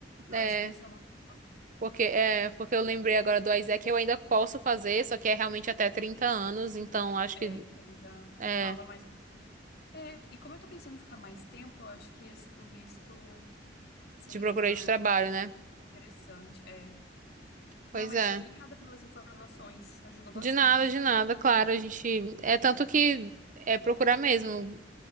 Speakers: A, on the left; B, on the right.
A: Eu
B: É,
A: acho que essa é uma boa.
B: porque, é, porque eu lembrei agora do Isaac, eu ainda posso fazer, só que é realmente até 30 anos, então acho
A: É,
B: que
A: então já
B: é,
A: não rola mais pra mim. É, e como eu tô pensando em ficar mais tempo, eu acho que esse do visto seria
B: de procura
A: uma
B: de trabalho,
A: uma
B: né?
A: interessante. É.
B: Pois
A: Ah, mas
B: é.
A: obrigada pelas informações, ajudou bastante.
B: De nada, de nada, claro,
A: Uhum.
B: a gente é tanto que é procurar mesmo.